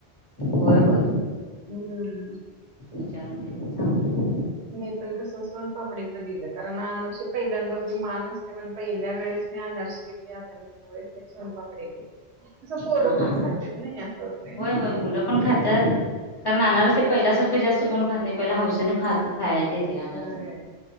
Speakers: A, on the left (about 25°); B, on the right (about 75°).
A: होय होय
B: हम्म
A: विचारून देऊन चांगलं
B: मी पण कस सोनपापडीच दिलं कारण अनारसे पहिल्यांदा उगी मान असतय म्हणून पहिल्या वेळेस मी अनारसे दिली आताच्या वेळेस मी सोनपापडी दिली तसं पोरं
A: हा हा
B: पण खातेत नाही असं होतंय.
A: होय होय मुलं पण खात्यात, कारण अनारसे पहिल्यासारखे जास्त कोण खात नाही. पहिला हौसेने खात खायचे ते अनारस
B: व्हय